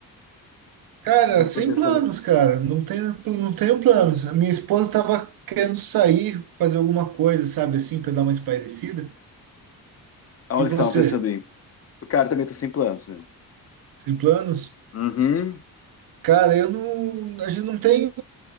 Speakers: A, on the right (about 65°); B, on the left (about 40°).
A: Cara,
B: O que que vocês estão
A: sem
B: pensando?
A: planos,
B: em-
A: cara. Não tenho, não tenho planos. A minha esposa estava querendo sair, fazer alguma coisa, sabe assim, para dar uma espairecida.
B: Aonde
A: E você?
B: que vocês estavam pensando em? Cara, também tô sem planos, meu.
A: Sem planos?
B: Uhum.
A: Cara, eu não. A gente não tem.